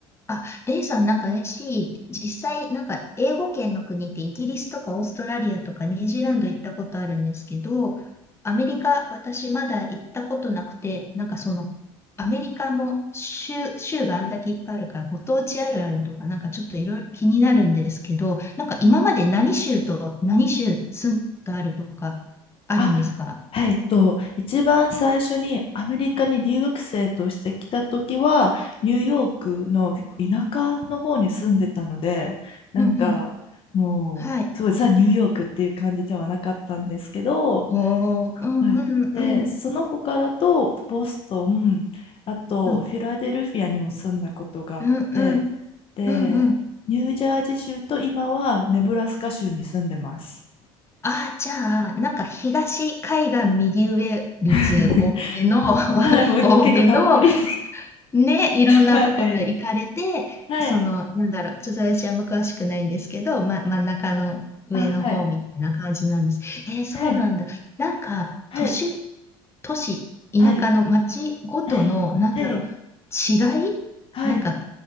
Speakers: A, on the left; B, on the left.
A: あ、レイさん、なんか a 実際、なんか英語圏の国ってイギリスとかオーストラリアとかニュージーランド行ったことあるんですけど、アメリカ、私まだ行ったことなくて、なんかその、アメリカの州、州があんだけいっぱいあるから、ご当地あるあるとか、なんかちょっといろいろ気になるんですけど、なんか今まで何州と何州住んだあるとか、あるんですか
B: あ、はいえっと、一番最初にアメリカに留学生として来た時は、ニューヨークの結構田舎の方に住んでたので、なんかもう、
A: うんうん。はい。
B: すごいザ・ニューヨークっていう感じではなかったんですけど、
A: おー、うんうんうん。
B: はい、で、その他だと、ボストン、あとフィラデルフィアにも住んだことがあって、
A: うんうんうん。
B: で、
A: うんうん
B: ニュージャージー州と今はネブラスカ州に住んでます。
A: ああ、じゃあ、なんか東海岸右上率多めの、
B: <laughs>
A: <laughs>
B: はい、もう結構たっぷり
A: 多めのね、いろんなところへ行かれて、
B: はい。はい。
A: その、なんだろう、ちょっと私あんま詳しくないんですけど、ま、真ん中の上の方みたいな感じなんです。
B: あ、はい。
A: えーそうなんだ。
B: はい。
A: なんか、
B: はい。
A: 都市、都市、田舎の町ごとの、
B: はい。はい。
A: なんだろう、
B: はい。
A: 違い
B: はい。
A: なんか、